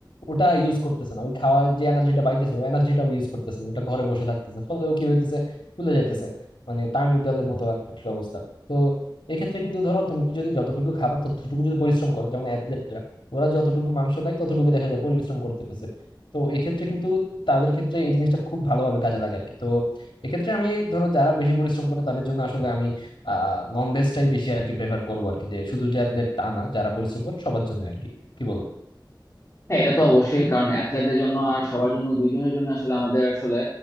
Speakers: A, on the left (about 85°); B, on the left (about 35°).
A: ওটা ইউজ করতেছে না ওই খাওয়া যে এনার্জিটা পাইতেছে ওই এনার্জিটাও ইউজ করতেছে না ওটা ঘরে বসে থাকতেছে ফলে ও কি হইতেছে ফুলে যাইতেছে মানে তামিম ইকবালের মতো আর কি অবস্থা তো এক্ষেত্রে কিন্তু ধরো তুমি যদি যতটুকু খাবার ততটুকু যদি পরিশ্রম করো যেমন অ্যাথলেটরা ওরা যতটুকু মাংস খায় ততটুকু দেখা যায় পরিশ্রম করতেছে তো এক্ষেত্রে কিন্তু তাদের ক্ষেত্রে এই জিনিসটা খুব ভালোভাবে কাজে লাগে আর কি তো এক্ষেত্রে আমি ধরো যারা বেশি পরিশ্রম করে তাদের জন্য আসলে আমি আহ নন ভেজটাই বেশি আর কি প্রেফার করবো আর কি যে শুধু যে অ্যাথলেট তা না যারা পরিশ্রম করে সবার জন্য আর কি কি বলো
B: হ্যাঁ এটা তো অবশ্যই কারণ অ্যাথলেটদের জন্য আর সবার জন্য দুইজনের জন্য আসলে আমাদের আসলে